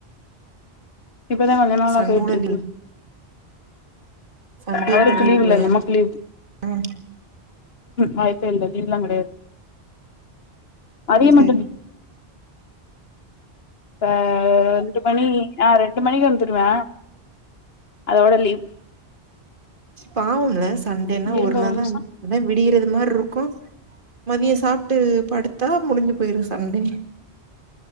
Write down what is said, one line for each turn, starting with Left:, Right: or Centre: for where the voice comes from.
Left: இப்பதா கொஞ்ச நாளா
Right: சண்டே
Left: பேயிட்ருக்கு
Right: கூட சண்டயப்ப
Left: அவருக்கு
Right: லீவ் உள்ளையா
Left: இல்ல நமக்கு
Right: <unintelligible>
Left: லீவ்
Right: ம்
Left: வாய்ப்பே இல்ல லீவுலா கெடையாது மதியோ
Right: அது சரி
Left: மட்டுந் ப்ப ரெண்டு மணி ஆ ரெண்டு மணிக்கு வந்துருவே அதோட லீவ்
Right: பாவும்ல சண்டேனா
Left: இருங்க
Right: ஒரு நாள்
Left: நிமிஷோ
Right: தா <unintelligible> விடியறது மாரி ருக்கு மதியோ சாப்ட்டு படுத்தா முடிஞ்சு போய்ரு சண்டே